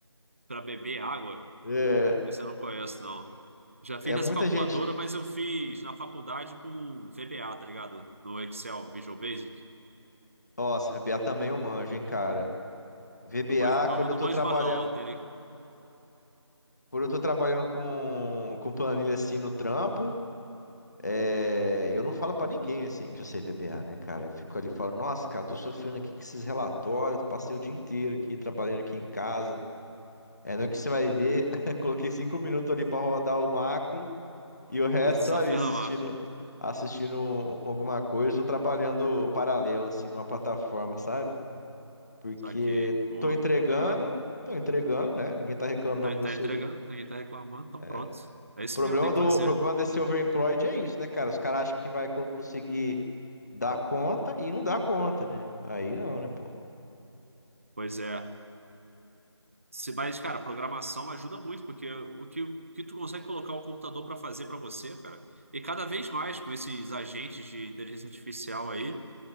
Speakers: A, on the right; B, on the left.
A: para beber água.
B: É,
A: Esse eu não conheço, não. Já fiz
B: é muita
A: essa calculadora,
B: gente.
A: mas eu fiz na faculdade com VBA, tá ligado? No Excel, Visual Basic.
B: Nossa, VBA também eu manjo, hein, cara. VBA,
A: Eu, manjo- eu
B: quando eu
A: não
B: tô
A: manjo
B: trabalhando,
A: mais, não. Eu tenho...
B: quando eu tô trabalhando com, com planilha assim no trampo. É, eu não falo pra ninguém assim que eu sei PBA, né, cara? Eu fico ali falando, nossa, cara, tô sofrendo aqui com esses relatórios, passei o dia inteiro aqui trabalhando aqui em casa. É no que você vai ver, <laughs> coloquei cinco minutos ali pra rodar o macro e o resto
A: It's a
B: ali
A: Fernamar.
B: assistindo, assistindo alguma coisa ou trabalhando paralelo assim numa plataforma, sabe? Porque
A: Saquei. Boa.
B: tô entregando,
A: É,
B: tô entregando, né? Ninguém tá reclamando
A: tá,
B: do meu
A: tá
B: serviço.
A: entregando, ninguém tá reclamando, então
B: É,
A: pronto.
B: O
A: É isso
B: problema
A: mesmo que tem que
B: do,
A: fazer.
B: o problema desse overemployed é isso, né, cara? Os caras acham que vai co- conseguir Dá conta e não dá conta, né? Aí não, né, pô?
A: Pois é. Se, mas, cara, programação ajuda muito, porque o que, o que tu consegue colocar o computador pra fazer pra você, cara. E cada vez mais com esses agentes de inteligência artificial aí,